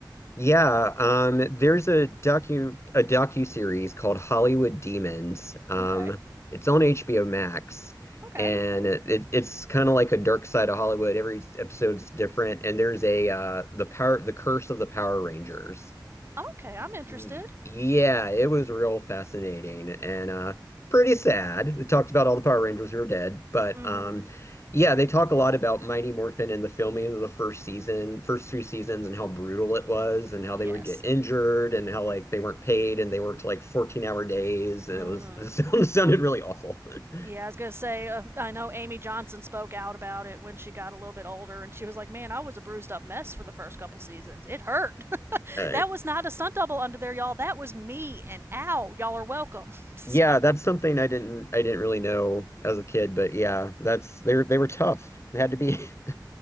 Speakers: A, on the left; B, on the right.
A: Yeah, um, there's a docu a docu-series called Hollywood Demons. Um,
B: Okay.
A: it's on HBO Max,
B: Okay.
A: and it, it's kind of like a dark side of Hollywood. Every episode's different, and there's a uh, the power the Curse of the Power Rangers.
B: Okay. I'm interested.
A: Y- Yeah, it was real fascinating and uh pretty sad. They talked about all the Power Rangers who are dead, but
B: Mm
A: um
B: hmm.
A: yeah, they talk a lot about Mighty Morphin and the filming of the first season, first two seasons and how brutal it was and how
B: Yes.
A: they would get injured and how like they weren't paid and they worked like 14-hour days and
B: Mm
A: it was
B: hmm.
A: <laughs> it sound- sounded really awful. <laughs>
B: Yeah, I was gonna say. Uh, I know Amy Johnson spoke out about it when she got a little bit older, and she was like, "Man, I was a bruised up mess for the first couple seasons. It hurt. <laughs>
A: Uh,
B: that was not a stunt double under there, y'all. That was me. And ow, y'all are welcome." <laughs>
A: yeah, that's something I didn't I didn't really know as a kid, but yeah, that's they were they were tough. They had to be <laughs>